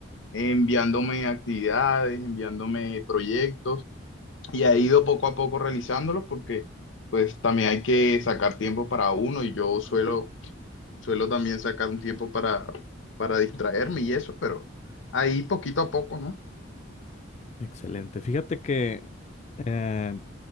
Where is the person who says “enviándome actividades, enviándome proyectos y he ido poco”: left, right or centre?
Left